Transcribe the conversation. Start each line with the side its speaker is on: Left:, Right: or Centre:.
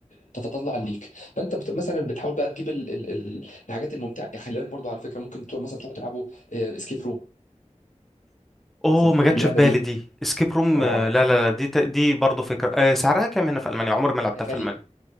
Left: بتتطلع ليك فانت بت... مثلا بتحاول بقى تجيب ال... ال... ال... الحاجات الممتعه يعني خلي بالك برضو على فكره ممكن تروح مثلا تروحوا تلعبوا اسكيب روم
Centre: اوه
Left: مثلا
Centre: ما جاتش
Left: اللعبه
Centre: في بالي
Left: دي
Centre: دي اسكيب روم
Left: اه
Centre: آه، لا لا لا دي ت- دي برضه فكره آه، سعرها كام هنا في المانيا عمري ما لعبتها
Left: هي غاليه
Centre: في المانيا